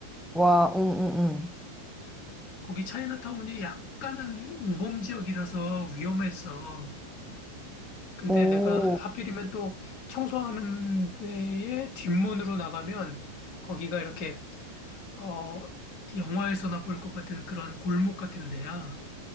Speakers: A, in the centre; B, on the left.
A: 와, 응, 응,
B: 거기 차이나타운이 약간은 우범 지역이라서 위험했어. 근데
A: 응. 오,
B: 내가 하필이면 또 청소하는 데에 뒷문으로 나가면 거기가 이렇게 어 영화에서나 볼 것 같은 그런 골목 같은 데야.